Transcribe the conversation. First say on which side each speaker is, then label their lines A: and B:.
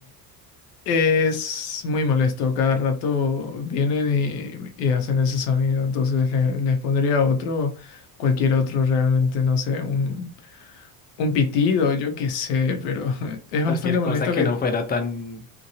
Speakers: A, on the left (about 85°); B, on the left (about 20°).
A: Es muy molesto, cada rato vienen y, y hacen ese sonido, entonces le- les pondría otro, cualquier otro realmente, no sé, un, un pitido, yo qué sé, pero <laughs> es
B: Cualquier
A: bastante
B: cosa
A: molesto
B: que
A: que
B: no fuera tan...